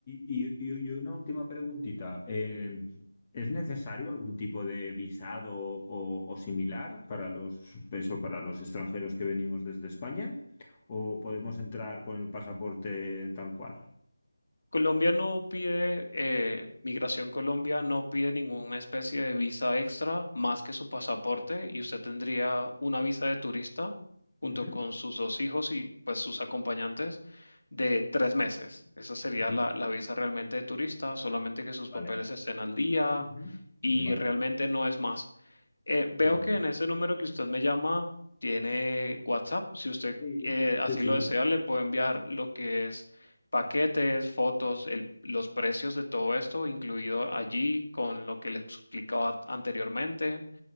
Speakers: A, on the left; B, on the left.
A: y- y- y- una última preguntita. Eh, ¿es necesario algún tipo de visado o, o similar para los, eso, para los extranjeros que venimos desde España? ¿O podemos entrar con el pasaporte tal cual?
B: Colombia no pide, eh, Migración Colombia no pide ninguna especie de visa extra más que su pasaporte y usted tendría una visa de turista junto
A: Ujú,
B: con sus dos hijos y pues sus acompañantes de tres meses. Esa sería
A: ujú.
B: la, la visa realmente de turista, solamente que sus
A: Vale.
B: papeles estén al día
A: Ujú.
B: y
A: Vale,
B: realmente no es más. Eh, veo
A: vale.
B: que en ese número que usted me llama tiene WhatsApp. Si usted
A: Sí,
B: eh,
A: sí,
B: así
A: sí.
B: lo desea, le puedo enviar lo que es paquetes, fotos, el- los precios de todo esto, incluido allí con lo que les explicaba anteriormente.